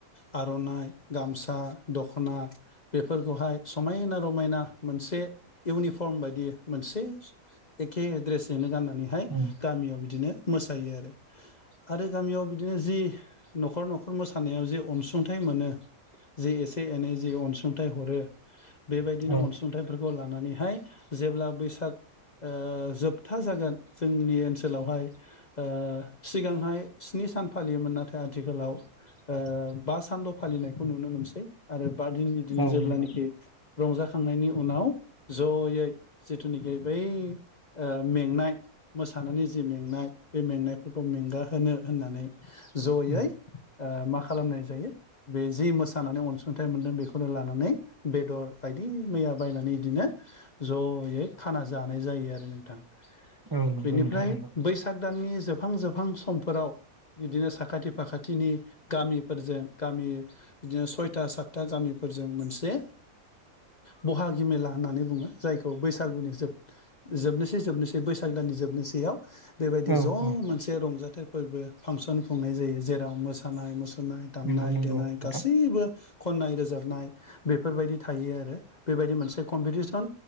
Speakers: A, on the left; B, on the right.
A: आर'नाइ, गामसा, दख'ना बेफोरखौहाय समायना रमायना मोनसे इउनिफर्म बायदि मोनसे एखे द्रेसजोंनो गाननानैहाय
B: उम
A: गामियाव बिदिनो मोसायो आरो। आरो गामियाव बिदिनो जि न'खर न'खर मोसानायाव जि अनसुंथाइ मोनो जि एसे एनै जि अनसुंथाइ हरो बेबायदिनो
B: औ
A: अनसुंथाइफोरखौ लानानै हाय जेब्ला बैसाग ओ जोबथा जागोन जोंनि ओनसोलावहाय ओ सिगांहाय स्नि सान फालियोमोन नाथाय आथिखालाव ओ बा सानल' फालिनायखौ नुनो मोनसै आरो बा दिन दिनो
B: औ
A: जेब्लानिखि
B: नंगौ
A: रंजा खांनायनि उनाव जयै जिथुनिखि बै ओ मेंनाय मोसानानै जि मेंनाय बे मेंनायफोरखौ मेंगाहोनो होननानै जयै
B: उम
A: मा ओ खालामनाय जायो बे जि मोसानानै अनसुंथाइ मोनदों बेखौ नो लानानै बेदर बायदि मैया बायनानै इदिनो जयै खाना जानाय जा यो आरो नोंथां।
B: औ नंगौ
A: बेनिफ्राय
B: नोंथां नंगौ
A: बैसाग दाननि जोबहां जोबहां समफोराव बिदिनो साखाथि फाखाथिनि गामिफोरजों गामि बिदिनो सयथा साथथा गामिफ फोरजों मोनसे बहागि मेला होननानै बुङो। जायखौ बैसागुनि जोब जोबनोसै जोबनोसै बैसाग दा नि जोबनोसैयाव बेबायदि
B: औ
A: ज'
B: औ
A: मोनसे रंजाथाइ फोरबो फांसन खुंनाय जायो जेराव मोसानाय मुसुर फोरनाय दामनाय
B: नंगौ नंगौ
A: देनाय
B: नोंथां
A: गासैबो खनाय रोज नाय बेफोरबायदि थायो आरो बेबायदि मोनसे कम्पिदिसन